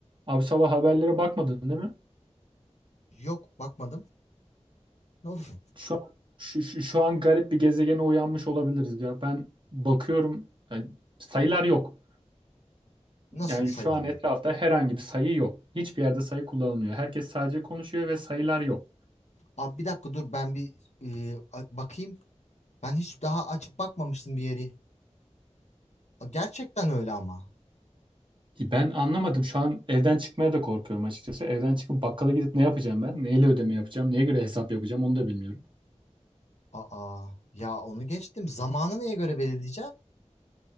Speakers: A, on the right (about 45°); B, on the left (about 70°).
A: Abi sabah haberlere bakmadın değil mi?
B: Yok bakmadım. Ne oldu ki?
A: Şu an, şu, şu, şu an garip bir gezegene uyanmış olabiliriz ya. Ben bakıyorum yani sayılar yok.
B: Nasıl
A: Yani
B: sayılar
A: şu an etrafta
B: yok?
A: herhangi bir sayı yok. Hiçbir yerde sayı kullanılmıyor. Herkes sadece konuşuyor ve sayılar yok.
B: Abi bir dakika dur ben bir e, a- bakayım. Ben hiç daha açıp bakmamıştım bir yeri. A, Gerçekten öyle ama.
A: Ki Ben anlamadım. Şu an evden çıkmaya da korkuyorum açıkçası. Evden çıkıp bakkala gidip ne yapacağım ben? Neyle ödeme yapacağım? Neye göre hesap yapacağım? Onu da bilmiyorum.
B: Aa ya onu geçtim. Zamanı neye göre belirleyeceğim?